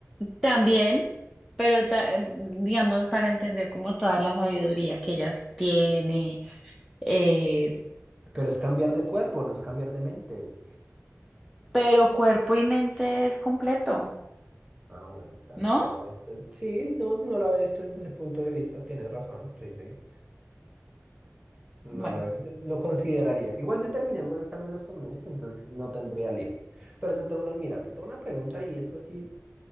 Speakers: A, in the centre; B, on the right.
A: También, pero ta- eh, digamos para entender como toda la sabiduría que ellas tiene, eh,
B: Pero es cambiar de cuerpo, no es cambiar de mente.
A: pero cuerpo y mente es completo,
B: Ah, bueno, está
A: ¿no?
B: bien, no lo había visto. Sí, no, no lo había visto desde ese punto de vista, tienes razón, sí, sí. No
A: Bueno,
B: lo, había- lo consideraría. Igual yo terminé en buenos términos con mi ex, entonces no tendría lío. Pero te tengo una, mira, te tengo una pregunta y esta sí